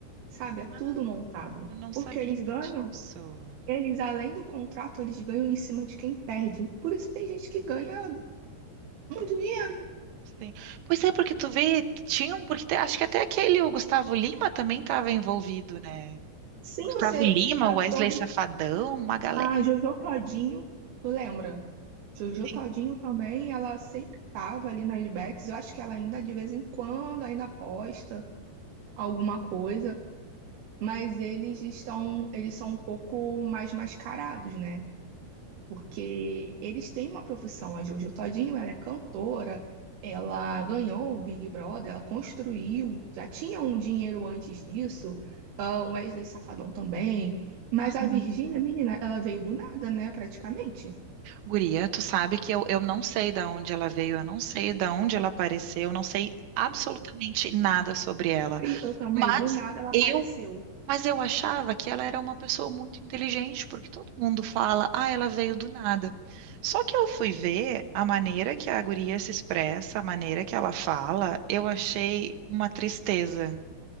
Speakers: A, on the right; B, on the right.
A: sabe? É
B: Ah,
A: tudo montado.
B: eu não
A: Porque
B: sabia
A: eles ganham,
B: disso.
A: eles, além do contrato, eles ganham em cima de quem perde. Por isso que tem gente que ganha muito dinheiro.
B: Sim. Pois é, porque tu vê, tinham, porque te- acho que até aquele, o Gustavo Lima também estava envolvido, né?
A: Sim,
B: Gustavo
A: você
B: Lima,
A: já
B: Wesley
A: soube
B: Safadão, uma galera.
A: A Jojo Todinho, tu lembra? Jojo
B: Sim.
A: Todinho também, ela sempre tava ali nas bets. Eu acho que ela ainda, de vez em quando, ainda posta alguma coisa, mas eles estão, eles são um pouco mais mascarados, né? Porque eles têm uma profissão. A Jojo Todinho, ela é cantora, ela ganhou o Big Brother, ela construiu, já tinha um dinheiro antes disso. Ah, O Wesley Safadão também. Mas
B: Sim.
A: a Virgínia, menina, ela veio do nada, né, praticamente.
B: Guria, tu sabe que eu, eu não sei da onde ela veio, eu não sei da onde ela apareceu, eu não sei absolutamente nada sobre ela.
A: E eu também,
B: Mas
A: do nada ela apareceu.
B: eu, mas eu achava que ela era uma pessoa muito inteligente, porque todo mundo fala, ah, ela veio do nada. Só que eu fui ver a maneira que a guria se expressa, a maneira que ela fala, eu achei uma tristeza.